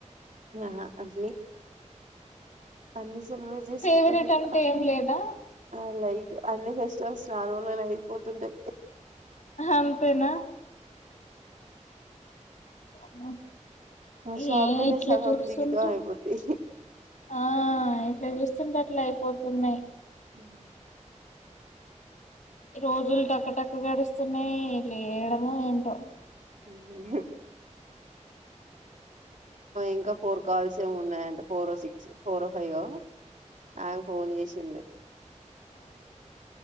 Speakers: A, on the right; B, on the left.
A: హా అందులీ అన్ని సల చేసుకుంట
B: ఫేవరెట్
A: పైగా
B: అంటే ఏం లేదా
A: అలైట్ అన్ని ఫేస్ చ స్నాన వలనే అయిపోతుంటాయి
B: అంతేనా అమ
A: మా షాప్
B: ఏ
A: లోనే
B: ఇట్లా
A: సగం
B: చూస్తుండ్ర
A: జీవితం అయిపోద్ది
B: ఆ ఇట్లా చూస్తుంట అట్లా అయిపోతున్నాయి
A: ఉవు
B: రోజులు టక్క టక్క గడుస్తున్నాయి లేయడమ ఏంటో
A: ఉ ఇంకా ఫోర్ కాల్స్ ఏ ఉన్నాయింటడి ఫోర్ సిక్స్ ఫోర్ హయ్యో ఆ ఫోన్ చేసిింది